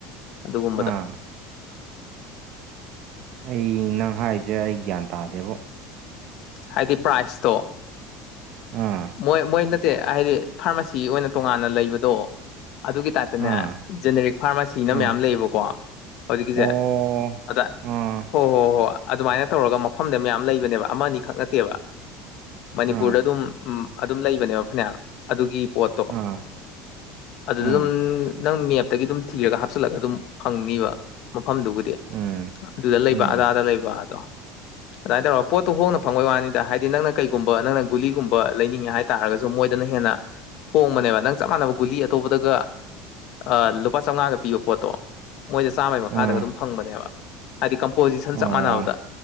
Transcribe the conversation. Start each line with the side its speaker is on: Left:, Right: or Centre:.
Left: ꯑꯗꯨꯒꯨꯝꯕꯗ
Right: ꯑꯥ ꯑꯩ ꯅꯪ ꯍꯥꯏꯁꯦ ꯑꯩ ꯒ꯭ꯌꯥꯟ ꯇꯥꯗꯦꯕꯣ
Left: ꯍꯥꯏꯗꯤ ꯄ꯭ꯔꯥꯏꯖꯇꯣ
Right: ꯑꯥ
Left: ꯃꯣꯏ ꯃꯣꯏ ꯅꯠꯇꯦ ꯍꯥꯏꯗꯤ ꯐꯥꯔꯃꯥꯁꯤ ꯑꯣꯏꯅ ꯇꯣꯉꯥꯟꯅ ꯂꯩꯕꯗꯣ ꯑꯗꯨꯒꯤ ꯇꯥꯇꯅꯦ
Right: ꯑꯥ
Left: ꯖꯦꯅꯦꯔꯤꯛ ꯐꯥꯔꯃꯥꯁꯤꯅ
Right: ꯑꯥ
Left: ꯃꯌꯥꯝ ꯂꯩꯌꯦꯕꯀꯣ ꯍꯧꯖꯤꯛꯀꯤꯁꯦ
Right: ꯑꯣ
Left: ꯑꯗ
Right: ꯑꯥ
Left: ꯍꯣ ꯍꯣꯏ ꯍꯣꯏ ꯑꯗꯨꯃꯥꯏꯅ ꯇꯧꯔꯒ ꯃꯐꯝꯗ ꯃꯌꯥꯝ ꯂꯩꯕꯅꯦꯕ ꯑꯃ ꯑꯅꯤꯈꯛ ꯅꯠꯇꯦꯕ ꯃꯅꯤꯄꯨꯔꯗ
Right: ꯑꯥ
Left: ꯑꯗꯨꯝ ꯑꯗꯨꯝ ꯂꯩꯕꯅꯦꯕ ꯐꯅꯌꯥꯝ ꯑꯗꯨꯒꯤ ꯄꯣꯠꯇꯣ
Right: ꯑꯥ
Left: ꯑꯗꯨꯗ
Right: ꯑꯥ
Left: ꯑꯗꯨꯝ ꯅꯪ ꯃꯦꯞꯇꯒꯤ ꯑꯗꯨꯝ ꯊꯤꯔꯒ ꯍꯥꯞꯆꯤꯜꯂꯒ ꯑꯗꯨꯝ ꯐꯪꯅꯤꯕ ꯃꯐꯝꯗꯨꯕꯨꯗꯤ
Right: ꯎꯝ
Left: ꯑꯗꯨꯗ ꯂꯩꯕ
Right: ꯎꯝ
Left: ꯑꯗꯥꯗ ꯂꯩꯕ ꯑꯗꯣ ꯑꯗꯨꯃꯥꯏꯅ ꯇꯧꯔꯒ ꯄꯣꯠꯇꯣ ꯍꯣꯡꯅ ꯐꯪꯕꯩ ꯋꯥꯅꯤꯗ ꯍꯥꯏꯗꯤ ꯅꯪꯅ ꯀꯩꯒꯨꯝꯕ ꯅꯪꯅ ꯒꯨꯂꯤꯒꯨꯝꯕ ꯂꯩꯅꯤꯡꯉꯦ ꯍꯥꯏ ꯇꯥꯔꯒꯁꯨ ꯃꯣꯏꯗꯅ ꯍꯦꯟꯅ ꯍꯣꯡꯕꯅꯦꯕ ꯅꯪ ꯆꯞ ꯃꯥꯟꯅꯕ ꯒꯨꯂꯤ ꯑꯇꯣꯞꯄꯗꯒ ꯂꯨꯄꯥ ꯆꯥꯝꯃꯉꯥꯒ ꯄꯤꯕ ꯄꯣꯠꯇꯣ ꯃꯣꯏꯗ ꯆꯥꯝꯃꯩ ꯃꯈꯥꯗꯒ
Right: ꯑꯥ
Left: ꯑꯗꯨꯝ ꯐꯪꯕꯅꯦꯕ ꯍꯥꯏꯗꯤ ꯀꯝꯄꯣꯖꯤꯁꯟ
Right: ꯑꯣ
Left: ꯆꯞ ꯃꯥꯟꯅꯕꯗ